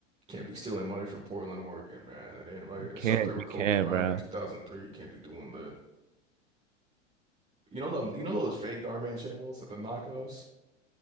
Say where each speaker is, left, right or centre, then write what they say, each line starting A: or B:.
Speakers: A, on the right; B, on the right.
A: can't be stealing money from Portland, Oregon, man. It ain't right.
B: You
A: It's
B: can't,
A: up there
B: you
A: with
B: can't,
A: Kobe Bryant
B: bro.
A: in 2003. You can't be doing that. You know them, you know those fake Darman channels at the knockoffs,